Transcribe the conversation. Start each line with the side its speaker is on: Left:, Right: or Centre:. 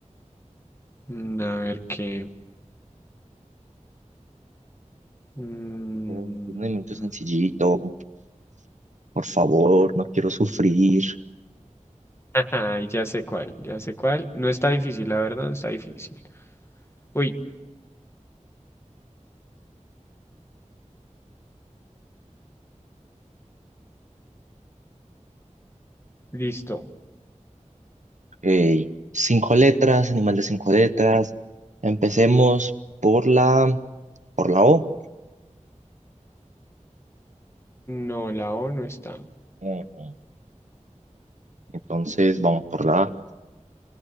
Left: mm, a ver qué. mm,
Right: Tipo, Un elemento
Left: mm,
Right: sencillito. Por favor, no quiero sufrir.
Left: ajá, ya sé cuál, ya sé cuál. No está difícil, la verdad, no está difícil. Uy, listo.
Right: Ok. Cinco letras, animal de cinco letras. Empecemos por la, por la O.
Left: No, la O no está.
Right: Ujú. Entonces, vamos por la A.